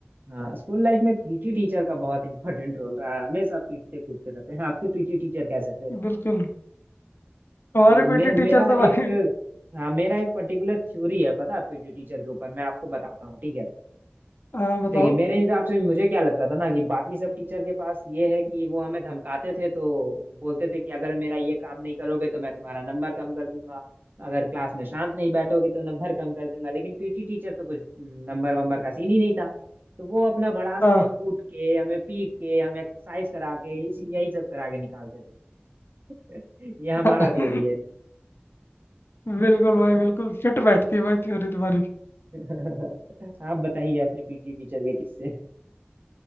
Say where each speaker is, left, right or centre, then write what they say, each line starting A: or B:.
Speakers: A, on the right (about 50°); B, on the left (about 60°).
A: हाँ स्कूल लाइफ में पीटी टीचर का बहुत इंपॉर्टेंट रोल रहा है हमेशा पीटते कूदते रहते हैं आपके पीटी टीचर कैसे थे
B: बिल्कुल हमारे
A: हम
B: पीटी
A: मे, मेरा
B: टीचर तो भाई
A: एक हाँ मेरा एक पर्टिकुलर थ्योरी है पता है पीटी टीचर के ऊपर मैं आपको बताता हूँ ठीक है
B: हाँ बताओ
A: देखिए मेरे हिसाब से मुझे क्या लगता था ना कि बाकी सब टीचर के पास ये है कि वो हमें धमकाते थे तो बोलते थे कि अगर मेरा ये काम नहीं करोगे तो मैं तुम्हारा नंबर कम कर दूंगा अगर क्लास में शांत नहीं बैठोगे तो नंबर कम कर दूंगा लेकिन पीटी टीचर तो कुछ नंबर वंबर का सीन ही नहीं था तो वो अपना बड़ास
B: हाँ
A: हमें कूट के हमें पीट के हमें एक्सरसाइज करा के इस- यही सब करा के निकालते थे <laughs> ये हमारा
B: <laughs>
A: थ्योरी है
B: बिल्कुल भाई बिल्कुल फिट बैठती है भाई थ्योरी तुम्हारी
A: <laughs> आप बताइए अपने पीटी टीचर के किस्से